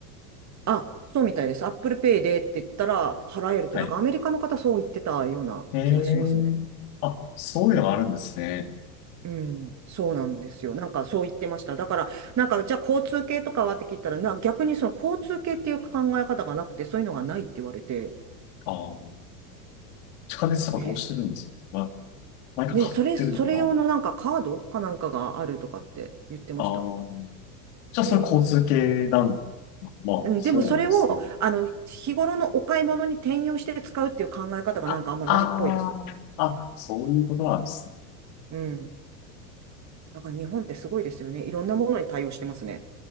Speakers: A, on the right; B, on the left.
A: あ、そうみたいです。Apple Pay でって言ったら払えるって、
B: はい。
A: なんかアメリカの方そう言ってたような気がしますね。
B: えー。あ、そういうのがあるんですね。
A: うん、そうなんですよ。なんかそう言ってました。だから、なんかじゃあ交通系とかはって聞いたら、な、逆にその交通系っていう考え方がなくて、そういうのがないって言われて、
B: あー、地下鉄とかどうしてるんですか
A: へえ
B: 何か買ってるのかな
A: ね、それ、それ用のなんかカードかなんかがあるとかって言ってました。
B: ああじゃあそれ交通系なんか、
A: へえ。
B: まあ、
A: うんでもそれを、
B: そうなんですね。
A: あの、日頃のお買い物に転用して使うっていう考え方がなんかあんまないっぽいです。
B: あ、あーあ、そういうことなんですね。
A: うん。だから日本ってすごいですよね。いろんなものに対応してますね。